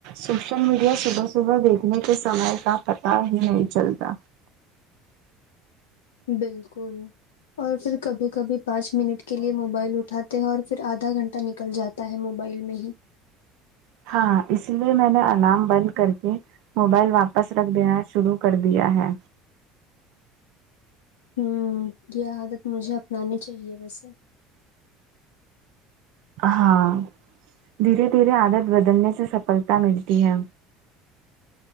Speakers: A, on the right; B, on the left.
A: سوشل میڈیا صبح صبح دیکھنے کے سمے کا پتا ہی نہیں چلتا
B: بالکل اور پھر کبھی کبھی پانچ منٹ کے لیے موبائل اٹھاتے ہیں اور پھر آدھا گھنٹہ نکل جات تا ہے موبائل میں ہی
A: ہاں اس لیے میں نے الارم بند کر کے موبائل واپس رکھ دینا شروع کر دیا ہے
B: ہوں یہ عادت مجھے اپنانی چاہیے ویسے
A: ہاں دھیرے دھیرے عادت بدلنے سے سفلتا ملتی ہے